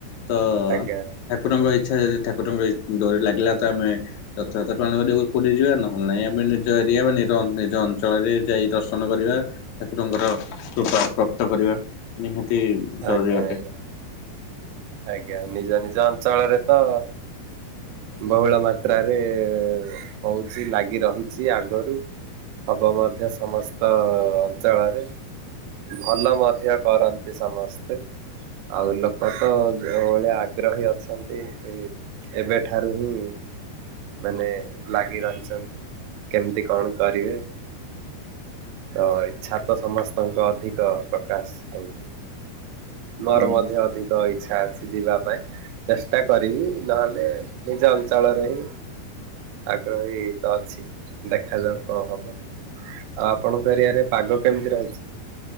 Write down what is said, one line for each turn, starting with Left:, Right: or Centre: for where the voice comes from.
Left: ତ
Right: ଆଜ୍ଞା
Left: ଠାକୁରଙ୍କ ଇଛା। ଯଦି ଠାକୁରଙ୍କ ଇ ଡୋରି ଲାଗିଲା ତ ଆମେ ରଥଯାତ୍ରା ପାଳନ କରିବାକୁ ପୁରୀ ଯିବା ନହେଲେ ନାଇଁ ଆମେ ନିଜ ଏରିଆ ବା ନି ନିଜ ନିଜ ଅଞ୍ଚଳରେ ଯାଇ ଦର୍ଶନ କରିବା ଠାକୁରଙ୍କର କୃପା ପ୍ରାପ୍ତ କରିବା, ନିହାତି। <inaudible> ଜରୁରୀ
Right: ଆଜ୍ଞା
Left: ଅଟେ।
Right: ଆଜ୍ଞା। ଆଜ୍ଞା ନିଜ ନିଜ ଅଞ୍ଚଳରେ ତ ବହୁଳ ମାତ୍ରାରେଏ-ଏ-ଏ ହଉଛି ଲାଗି ରହିଛି ଆଗରୁ। ହବ ମଧ୍ୟ ସମସ୍ତ ଅଞ୍ଚଳରେ। ଭଲ ମଧ୍ୟ କରନ୍ତି ସମସ୍ତେ, ଆଉ ଲୋକ ତ ଯୋଉଭଳିଆ ଆଗ୍ରହୀ ଅଛନ୍ତି ଏବେଠାରୁ ହିଁ ମାନେ ଲାଗି ରହିଛନ୍ତି କେମିତି କଣ କରିବେ ତ ଇଚ୍ଛା ତ ସମସ୍ତଙ୍କ ଅଧିକ ପ୍ରକାଶ ହଉଛି। ମୋର
Left: ହୁଁ
Right: ମଧ୍ୟ ଅଧିକ ଇ ଇଛା ଅଛି ଯିବା ପାଇଁ, ଚେଷ୍ଟା କରିବି ନହେଲେ ନିଜ ଅଞ୍ଚଳରେ ହିଁ ଆଗ୍ରହୀ ତ ଅଛି ଦେଖାଯାଉ କଣ ହବ ଆଉ ଆପଣଙ୍କ ଏରିଆରେ ପାଗ କେମିତି ରହିଛି!